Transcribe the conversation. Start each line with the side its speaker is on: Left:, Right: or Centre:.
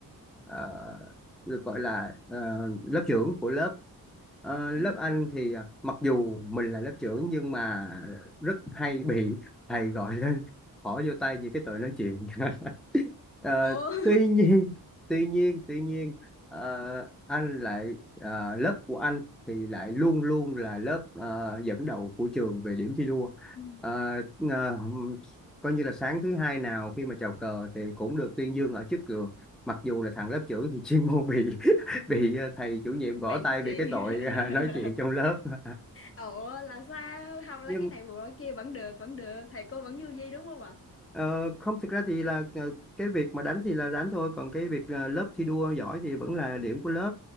Centre: ờ, được gọi là ờ, lớp trưởng của lớp Ờ, lớp
Left: à
Centre: Anh
Left: dạ vâng
Centre: thì à, mặc dù mình là lớp trưởng nhưng mà rất hay bị thầy gọi lên <laughs> bỏ vô tay vì cái tội nói chuyện <laughs> Ờ,
Left: ồ <laughs>
Centre: tuy nhiên <laughs> tuy nhiên tuy nhiên ờ, anh lại ờ, lớp của anh thì lại luôn luôn là lớp ờ, dẫn đầu của trường về điểm thi đua
Left: Ừ,
Centre: Ờ, ờ, coi như là sáng thứ hai nào khi mà chào cờ thì cũng được tuyên dương ở trước trường mặc dù là thằng lớp trưởng thì <laughs> chuyên môn bị <laughs> bị ờ, thầy chủ nhiệm gõ
Left: vậy
Centre: tay
Left: nói
Centre: vì
Left: chuyện
Centre: cái
Left: <laughs>
Centre: tội ờ, nói chuyện trong lớp <laughs>
Left: ủa là sao không lấy
Centre: nhưng
Left: cái này bù lỗi kia vẫn được vẫn được thầy cô vẫn vui vui đúng không ạ
Centre: Ờ, không thực ra thì là ờ, cái việc mà đánh thì là đánh thôi còn cái việc ờ, lớp thi đua giỏi thì vẫn là điểm của lớp